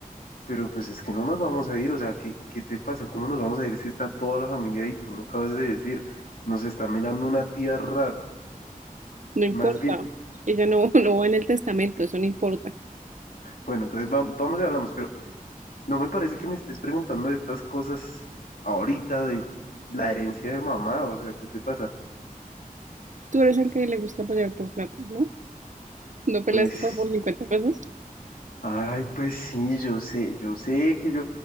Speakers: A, on the left (about 75°); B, on the right (about 55°).
A: pero pues es que no nos vamos a ir. O sea, ¿qué, qué te pasa? ¿Cómo nos vamos a ir si está toda la familia ahí? Tú lo acabas de decir. Nos está mirando una tía raro.
B: No importa,
A: Más bien,
B: ella no, <laughs> no va en el testamento, eso no importa.
A: bueno, entonces va- vamos y hablamos, pero no me parece que me estés preguntando de estas cosas ahorita de la herencia de mamá. O sea, ¿qué te pasa?
B: Tú eres el que le gusta pelear por plata, ¿no? ¿No
A: Pues.
B: peleas <laughs> por 50 pesos?
A: Ay, pues sí, yo sé, yo sé que yo